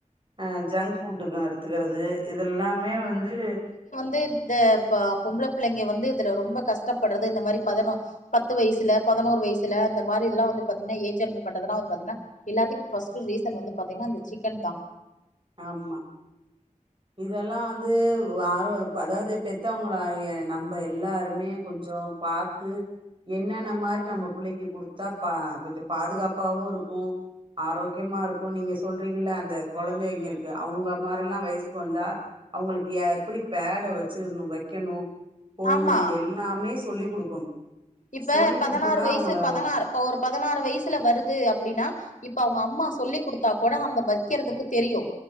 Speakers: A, on the right; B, on the left.
A: அஹ் ஜங்க் ஃபுட்டு எடுத்துக்கிறது இதெல்லாமே வந்து
B: து இந்த ப பொம்பள புள்ளக வந்து இதுல ரொம்ப கஷ்டப்பட்றது இந்த மாரி பதினோ பத்து வயசுல பதினோரு வயசுல அந்தமாரி இதெல்லா வந்து பாத்தீங்ன்னா ஏஜ் அட்டன் பண்றதலா வந்து பாத்தீங்ன்னா எல்லாத்துக்கு ஃபஸ்டு ரீசன் வந்து பாத்தீங்னா இந்த சிக்கன் தா
A: ஆமா இதெல்லா வந்து ஆரோ அதாவ்து பெத்தவங்களா எ நம்ம எல்லாருமே கொஞ்சோ பாத்து என்னென்ன மாரி நம்ம புள்ளக்கு குடுத்தா பா கொஞ்ச பாதுகாப்பாவு இருக்கு ஆரோக்கியமா இருக்கு நீங்க சொல்றீங்கல்ல அந்த கொழந்த ங்களுக்கு அவ்ங்க மாரில்லா வயசுக்கு வந்தா அவ்ங்களுக்கு எப்டி பேடு வச்சிருணு வக்கணு போணும்
B: ஆமா
A: இது எல்லாமே சொல்லி குடுக்கணு
B: இப்ப
A: சொல்லி் குடுத்துதா
B: பதினாறு வயசு
A: அவங்கள
B: பதினாறு இப்ப ஒரு பதினாறு வயசுல வருது அப்டின்னா இப்ப அவ்ங்க அம்மா சொல்லி் குடுத்தா கூட அந்த வக் க்கிறதுக்கு தெரியு